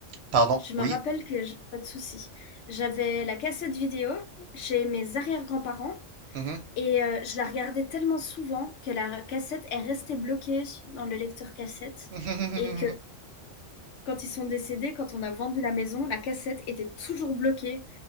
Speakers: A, on the right; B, on the left.
A: Pardon,
B: je me
A: oui.
B: rappelle que, je- pas de souci, j'avais la cassette vidéo chez mes arrière-grands-parents
A: mhm.
B: et euh, je la regardais tellement souvent que la cassette est restée bloquée dans le lecteur cassette
A: <laughs>
B: et que quand ils sont décédés, quand on a vendu la maison, la cassette était toujours bloquée